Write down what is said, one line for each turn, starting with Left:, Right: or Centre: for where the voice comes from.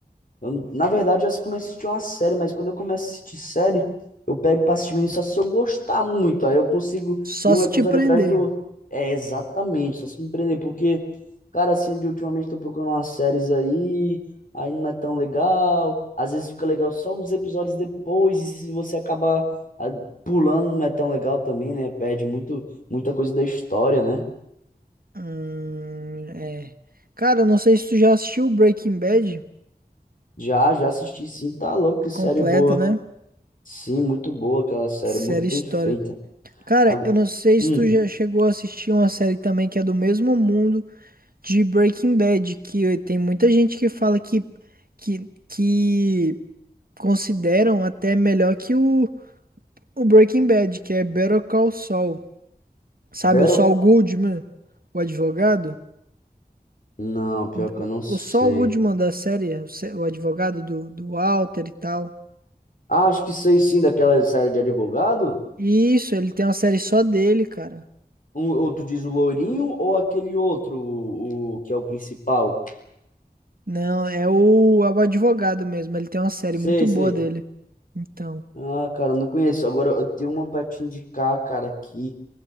Left: Eu, na verdade, eu comecei a assistir uma série, mas quando eu começo a assistir série, eu pego pra assistir mesmo só se eu gostar muito. Aí eu consigo
Right: Só
Left: ir um
Right: se
Left: episódio
Right: te prender.
Left: atrás do. outro. É, exatamente, só se me prender, porque, cara, assim, de ultimamente tô procurando umas séries aí, aí não é tão legal. Às vezes fica legal só uns episódios depois, e se você acabar ah, pulando, não é tão legal também, né? Perde muito, muita coisa da história, né?
Right: Hum, é. Cara, eu não sei se tu já assistiu Breaking Bad
Left: Já, já assisti, sim, tá louco, que série
Right: completa,
Left: boa.
Right: né?
Left: Sim, muito boa aquela série,
Right: Que série
Left: muito bem
Right: histórica.
Left: feita.
Right: Cara,
Left: Agu-
Right: eu não sei
Left: Hum,
Right: se tu já chegou a assistir uma série também que é do mesmo mundo de Breaking Bad, que tem muita gente que fala que, que, que consideram até melhor que o, o Breaking Bad, que é Better Call Saul. Sabe,
Left: Battle?
Right: o Saul Goodman, o advogado?
Left: Não, pior que
Right: O,
Left: eu não sei.
Right: o Saul Goodman da série, o, se- o advogado do, do Walter e tal.
Left: Ah, acho que sei sim daquela série de advogado.
Right: Isso, ele tem uma série só dele, cara.
Left: Um, ou tu diz o loirinho ou aquele outro, o, o que é o principal?
Right: Não, é o, é o advogado mesmo. Ele tem uma série
Left: Sei,
Right: muito
Left: sei.
Right: boa dele. Então,
Left: Ah, cara, não conheço. Agora eu tenho uma pra te indicar, cara, que